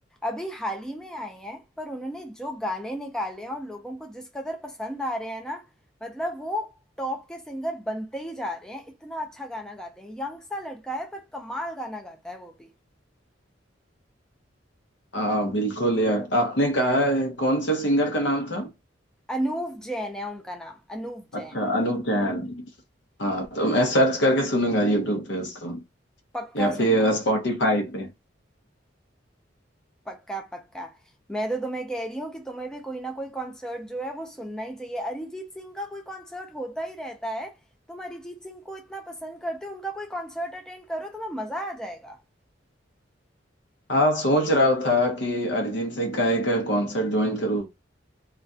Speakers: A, in the centre; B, on the left.
A: अभी हाल ही में आए हैं पर उन्होंने जो गाने निकाले हैं और लोगों को जिस कदर पसंद आ रहे हैं ना मतलब वो टॉप के सिंगर बनते ही जा रहे हैं इतना अच्छा गाना गाते हैं यंग सा लड़का है पर कमाल गाना गाता है वो भी
B: हाँ बिल्कुल यार आपने कहा है, कौन से सिंगर का नाम था
A: अनूव जैन है उनका नाम अनूव
B: अच्छा
A: जैन
B: अनूप जैन हाँ तो मैं सर्च करके सुनूंगा यूट्यूब पे उसको
A: पक्का
B: या फिर
A: सुनना
B: स्पॉटिफाई पे
A: पक्का पक्का मैं तो तुम्हें कह रही हूँ कि तुम्हें भी कोई ना कोई कॉन्सर्ट जो है वो सुनना ही चाहिए अरिजीत सिंह का कोई कॉन्सर्ट होता ही रहता है तुम अरिजीत सिंह को इतना पसंद करते हो उनका कोई कॉन्सर्ट अटेंड करो तुम्हें मजा आ जाएगा
B: हाँ सोच रहा था कि अरिजीत सिंह का एक कॉन्सर्ट ज्वाइन करूँ